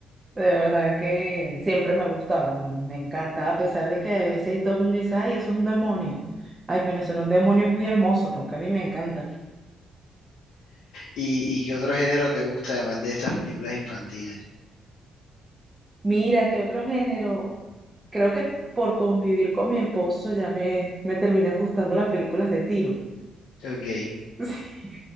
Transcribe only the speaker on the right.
de verdad que siempre me ha gustado, me encanta, a pesar de que a veces todo el mundo dice, ay, eso es un demonio. Ay, pero será un demonio muy hermoso, porque a mí me encanta.
Mira, ¿qué otro género? Creo que por convivir con mi esposo ya me, me terminan gustando las películas de tiro.
<laughs> Sí,